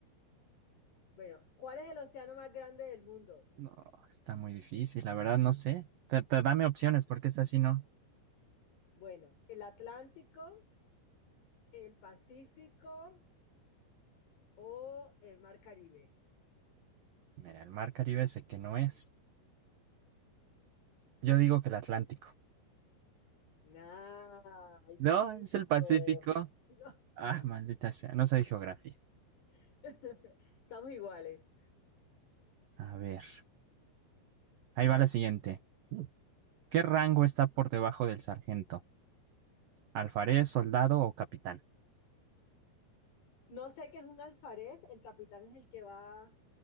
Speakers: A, on the left; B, on the right.
A: Bueno, ¿cuál es el océano más grande del mundo?
B: no, está muy difícil, la verdad no sé. Ta- ta- Dame opciones porque es así, ¿no?
A: Bueno, ¿el Atlántico, el Pacífico o el Mar Caribe?
B: Mira, el mar Caribe sé que no es. Yo digo que el Atlántico.
A: Nah, el
B: No,
A: Pacífico.
B: es el Pacífico.
A: Digo, sí.
B: Ah, maldita sea, no sé geografía.
A: <laughs> Estamos iguales.
B: A ver, ahí va la siguiente. ¿Qué rango está por debajo del sargento? ¿Alfarés, soldado o capitán?
A: No sé qué es un alfarés, el capitán es el que va,